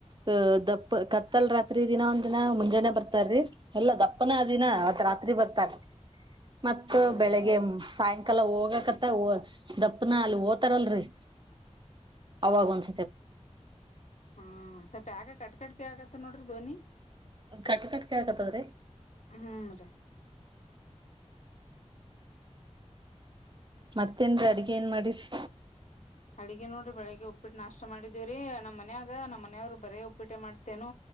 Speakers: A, on the right (about 40°); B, on the left (about 75°).
A: ಅಹ್ ದಪ್ಪ ಕತ್ತಲ್ ರಾತ್ರಿ ದಿನ ಒಂದ ದಿನ ಮುಂಜಾನೆ ಬರ್ತಾರೀ ಎಲ್ಲಾ ದಪ್ಪ ಹಪ್ಪನ ದಿನ
B: ಹ್ಮ್
A: ಅವತ್ ರಾತ್ರಿ ಬರ್ತಾರೆ ಮತ್ತ
B: ಹೌದ್ರಿ
A: ಬೆಳಿಗ್ಗೆ
B: ಹ್ಮ್
A: ಸಾಯಂಕ ಹಕಲ್ಲ ಹೋಗಕತ್ತ ದಪ್ಪನ ಅಲ್ಲಿ ಓತಾರಲ್ರಿ ಅವಾಗ ಒಂದ
B: ಹ್ಮ ಸ್ಗ ಕಟ್ ಕಟ್ ಆಗತ್ತ ನೋಡ್ರ ಧ್ನಿ
A: ಕಟ್ ಕಟ್ ಕಳ್ಕತ್ತದ್ರಿ
B: ಹ್ಮ್ ರೀ
A: ಮತ್ತೇನ್ೀ ಅಡ್ಗೆ ಏನ್ ಮಾಡಿರಿರಿ
B: ಅಡ್ಗೆ ನೋಡ್ರಿ ಬೆಳಿಗ್ಗೆ ಉಪ್ಪಿಟ್ಟ ನಾಷ್ಟ ಮಾಡಿದಿವವ್ರೀ ನಮ್ ಮನ್ಯಾಗ ನಮ್ಮ್ನೆಯವ್ರು ಬರೇ ಉಪ್ಪಿಟ್ಟೆ ಮಾಡ್ತೇನು